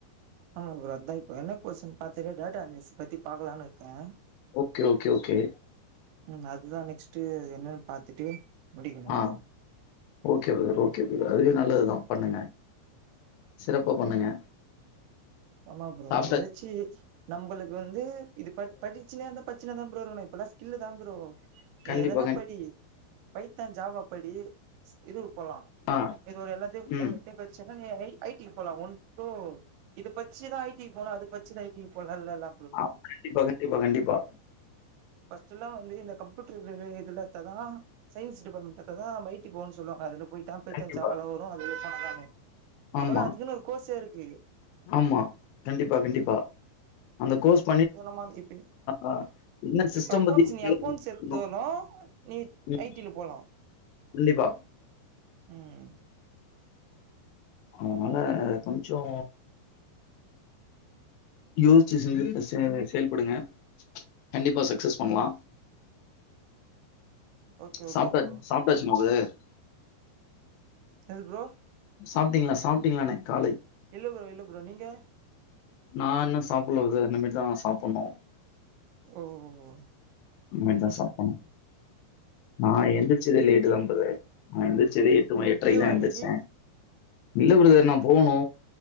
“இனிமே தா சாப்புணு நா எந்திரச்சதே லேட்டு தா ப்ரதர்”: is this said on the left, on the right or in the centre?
Left